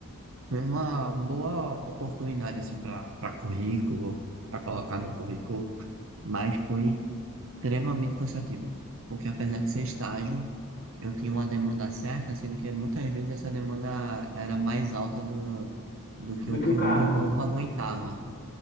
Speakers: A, on the right (about 60°); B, on the left (about 45°).
A: Foi uma boa oportunidade, assim, para para currículo, para colocar no currículo, mas foi extremamente cansativo, porque apesar de ser estágio, eu tinha uma demanda certa, sendo que muitas vezes essa demanda era mais alta do, do que
B: Do
A: o que
B: que o cargo.
A: o meu corpo aguentava.